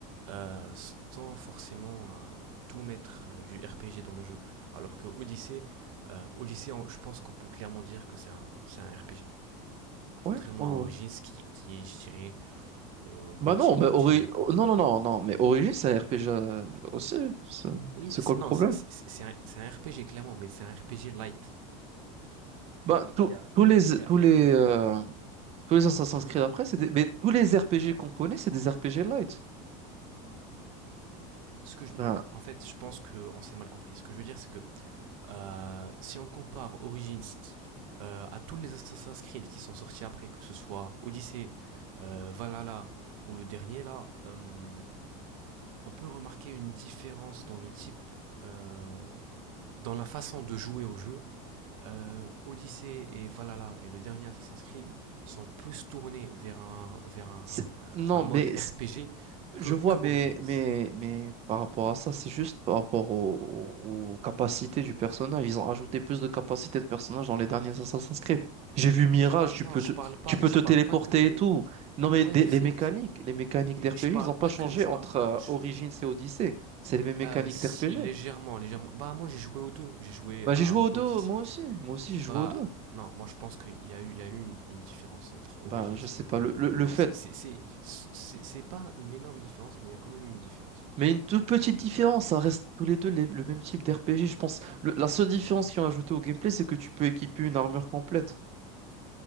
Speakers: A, on the right; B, on the right.
A: euh, sans forcément euh, tout mettre euh, du RPG dans le jeu. Alors que Odyssey, euh, Odyssey, on- je pense qu'on peut clairement dire que c'est un, c'est un RPG.
B: Ouais,
A: Contrairement
B: ouais, ouais.
A: à Origins qui, qui est, je dirais, euh, moitié-moitié
B: Bah non, mais Ori...
A: à peu
B: oh,
A: près.
B: non, non, non, non, mais Origin, c'est un RPG euh, aussi. C'est
A: Oui,
B: c'est
A: c'est-
B: quoi le
A: non,
B: problème?
A: c'est c'est- c'est un, c'est un RPG clairement, mais c'est un RPG light.
B: Bah, tous
A: Il y a,
B: tous les,
A: il y a,
B: tous
A: il
B: les,
A: y a- y a plus.
B: euh, tous les Assassin's
A: Hein?
B: Creed après, c'est des... mais tous les RPG qu'on connaît, c'est des RPG light.
A: Ce que je-
B: Bah,
A: non, en fait, je pense qu'on s'est mal compris. Ce que je veux dire, c'est que Euh, si on compare Origins euh, à tous les Assassin's Creed qui sont sortis après, que ce soit Odyssey, euh, Valhalla ou le dernier là, euh, on peut remarquer une différence dans le type, euh, dans la façon de jouer au jeu. Euh, Odyssey et Valhalla et le dernier Assassin's Creed sont plus tournés vers un, vers un,
B: c'est- non,
A: un mode
B: mais
A: RPG que,
B: Je vois,
A: que
B: mais,
A: Origins.
B: mais, mais par rapport à ça, c'est juste par rapport au- au- aux, capacités du personnage. Ils ont ajouté plus de capacités de personnage dans les derniers Assassin's Creed. J'ai vu Mirage,
A: Je parle,
B: tu
A: non,
B: peux
A: je
B: te,
A: parle pas,
B: tu peux
A: je
B: te
A: parle
B: téléporter
A: pas que des.
B: et tout. Non, mais
A: Ouais,
B: des-
A: je
B: les
A: sais,
B: mécaniques,
A: je sais.
B: les mécaniques
A: Mais
B: d'RPG,
A: je parle
B: ils n'ont pas
A: pas
B: changé
A: que, je
B: entre
A: parle pas.
B: euh,
A: je-
B: Origins et Odyssey. C'est les mêmes mécaniques
A: euh, si
B: d'RPG.
A: légèrement, légèrement. Bah moi j'ai joué aux deux. J'ai joué
B: Bah, j'ai
A: à
B: joué aux deux,
A: Odyssey.
B: moi aussi. Moi aussi, j'ai
A: Bah
B: joué aux deux.
A: non, moi je pense qu'il y a eu, il y a eu une, une différence entre Origins
B: Bah, je sais
A: et, et,
B: pas. Le, le, le
A: et Odyssey.
B: fait
A: C'est, c'est, c'est, c'est pas une énorme différence, mais il y a quand même eu une différence entre
B: Mais
A: les
B: une
A: deux.
B: toute petite différence, ça reste tous les deux les- le même type d'RPG, je pense. Le- la seule différence qu'ils ont ajoutée au gameplay, c'est que tu peux équiper une armure complète.